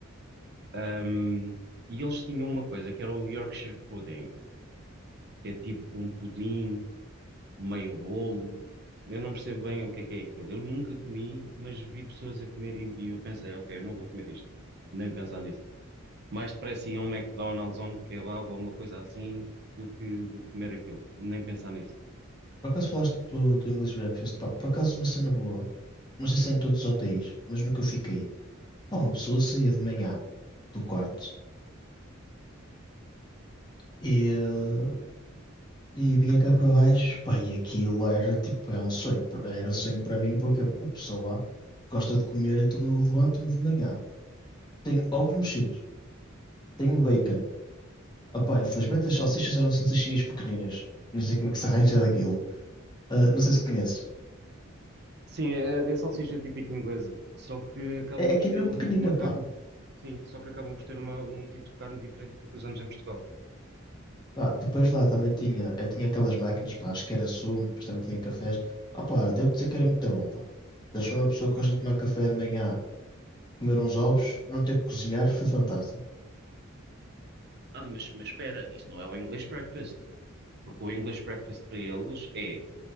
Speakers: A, on the right (about 50°); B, on the left (about 20°).
A: Ahm, e eles tinham uma coisa que era o Yorkshire Pudding, que é tipo um pudim, meio bolo. Eu não percebo bem o que é que é aquilo. Eu nunca comi, mas vi pessoas a comer e, e eu pensei, ok, eu não vou comer isto, nem pensar nisso. Mais depressa ia a um McDonald's ou um kebab ou uma coisa assim do que, do que comer aquilo, nem pensar nisso.
B: Por acaso falaste do, do English Breakfast? Pá, por acaso uma cena boa. Não sei se é em todos os hotéis, mas no que eu fiquei. Pá, uma pessoa saía de manhã do quarto e, eh, e vinha cá para baixo. Pá, e aquilo era tipo, é um sonho. Era um sonho para mim porque uma pessoa gosta de comer, então eu levanto-me de manhã. Tenho ovos mexidos, tenho bacon. Ah, pá, infelizmente as salsichas eram salsichinhas pequeninas. Nem sei como é que se arranja daquilo. Ah, não sei se conheces.
A: Sim, é, é salsicha típica inglesa, só que acabam
B: É,
A: por
B: é que
A: ter
B: é mesmo
A: um-
B: pequenina,
A: uma carne,
B: pá.
A: di- sim, só que acabam por ter uma- um tipo de carne diferente do que usamos em Portugal.
B: Pá, depois lá também tinha, eu tinha aquelas máquinas, pá, acho que era sumo, depois também tinha cafés. Ah, pá, devo dizer que era muito bom, pá. Deixou uma pessoa
A: Ok.
B: que gosta de tomar café de manhã, comer uns ovos, não ter que cozinhar, foi fantástico.
A: Ah, mas, mas espera, isso não é o English breakfast, porque o English breakfast para eles é